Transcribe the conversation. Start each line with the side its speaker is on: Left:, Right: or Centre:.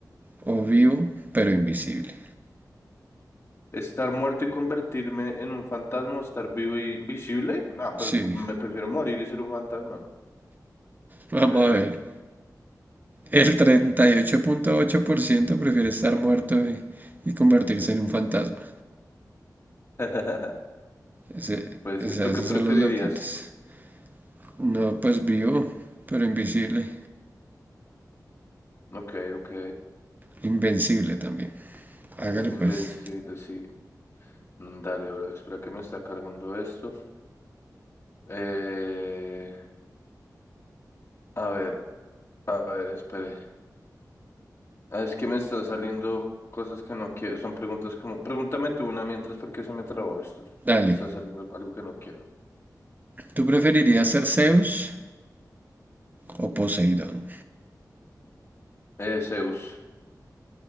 Right: o vivo pero invisible?
Left: ¿Estar muerto y convertirme en un fantasma o estar vivo y invisible? No, pues
Right: Sí,
Left: me prefiero morir y ser un fantasma.
Right: vamos
Left: Sí.
Right: a ver. El treinta y ocho ocho punto ocho por ciento prefiere estar muerto y, y convertirse en un fantasma.
Left: <laughs>
Right: Ese,
Left: Pues,
Right: o esos
Left: ¿tú qué preferirías?
Right: son los loquitos. No, pues vivo, pero invisible.
Left: Ok, ok.
Right: Invencible también. Hágale pues.
Left: Invencible, sí. Mm, Dale, bro, espera que me está cargando esto. Eh, a ver, a ver, espere. Ah, es que me está saliendo cosas que no quiero. Son preguntas como... Pregúntame tú una mientras porque se me trabó esto.
Right: Dale.
Left: Me está saliendo algo que no quiero,
Right: ¿Tú preferirías
Left: digamos.
Right: ser Zeus o Poseidón?
Left: Eh, Zeus.